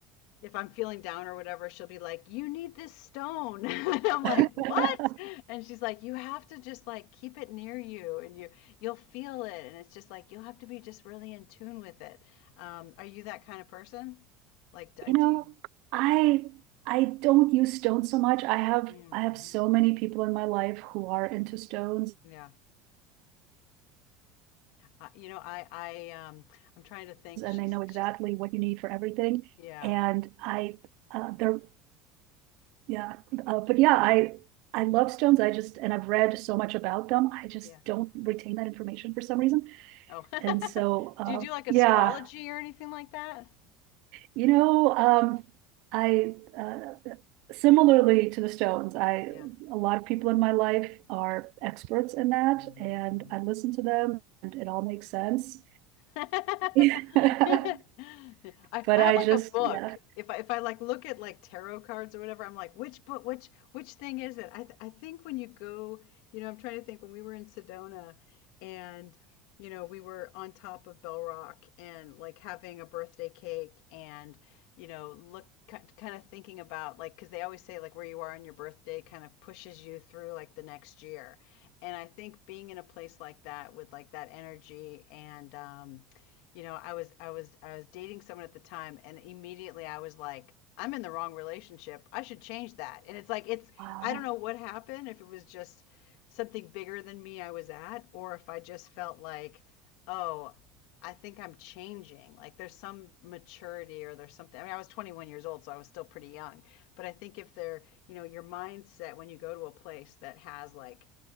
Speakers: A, on the left; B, on the right.
A: if I'm feeling down or whatever, she'll be like, "You need this stone," <laughs> and I'm like,
B: <laughs>
A: "What?" And she's like, "You have to just like keep it near you, and you you'll feel it, and it's just like you'll have to be just really in tune with it." Um, are you that kind of person? Like, do,
B: You
A: do
B: know,
A: you?
B: I I don't use stones so much. I have
A: hmm
B: I have so many people in my life who are into stones
A: Yeah, I, you know, I I um I'm trying to think.
B: and
A: She's
B: they know exactly
A: she's
B: what you need for everything.
A: yeah
B: And I uh, they're Yeah, uh, but yeah, I, I love stones. I just, and I've read so much about them. I just
A: yeah.
B: don't retain that information for some reason.
A: Oh, <laughs>
B: And so, um,
A: do you do like astrology
B: yeah,
A: or anything like that?
B: you know, um, I, uh, similarly to the stones, I,
A: Yeah.
B: a lot of people in my life are experts in that
A: hmm
B: and I listen to them and it all makes sense.
A: <laughs> I
B: <laughs>
A: I
B: But I
A: have like
B: just,
A: a book.
B: yeah,
A: If I if I like look at like tarot cards or whatever, I'm like, which book, which which thing is it? I th I think when you go, you know, I'm trying to think when we were in Sedona and you know, we were on top of Bell Rock and like having a birthday cake and you know, look kind of thinking about like because they always say like where you are on your birthday kind of pushes you through like the next year. And I think being in a place like that with like that energy and um you know, I was I was I was dating someone at the time and immediately I was like, I'm in the wrong relationship. I should change that. And it's like it's
B: wow.
A: I don't know what happened if it was just something bigger than me I was at or if I just felt like, oh, I think I'm changing. Like there's some maturity or there's something. I mean, I was 21 years old, so I was still pretty young. But I think if they're, you know, your mindset when you go to a place that has like